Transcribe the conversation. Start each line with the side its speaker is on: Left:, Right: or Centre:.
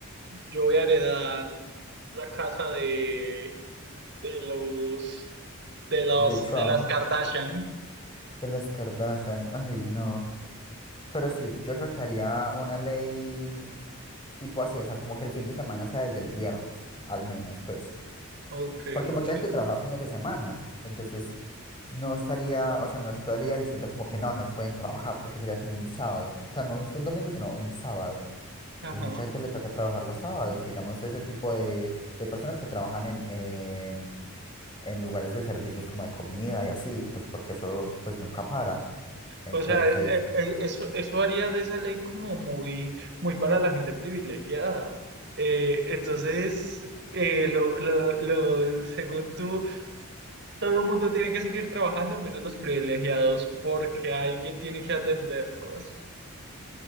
Right: yo voy a heredar la casa de, de los, de los,
Left: De Trump,
Right: de las Kardashian.
Left: de las Kardashian. Ay, no. Pero sí, yo creo que haría una ley tipo así, o sea, como que el fin de semana sea desde el viernes, al menos, pues.
Right: Ok,
Left: Porque
Right: ok.
Left: mucha gente trabaja fines de semana. Entonces, no estaría, o sea, no estaría diciendo como que no, no pueden trabajar, porque sería como un sábado. O sea, no es un domingo, sino un sábado.
Right: Ajá.
Left: Entonces, mucha gente le toca trabajar los sábados, digamos, ese tipo de, de personas que trabajan en, en en lugares de servicios como de comida y así, pues porque eso pues nunca para. Entonces,
Right: O sea, e- e- eso, eso haría de esa ley como muy, muy para la gente privilegiada. Eh, entonces, eh, lo, lo, lo, según tú, todo el mundo tiene que seguir trabajando, menos los privilegiados, porque alguien tiene que atenderlos.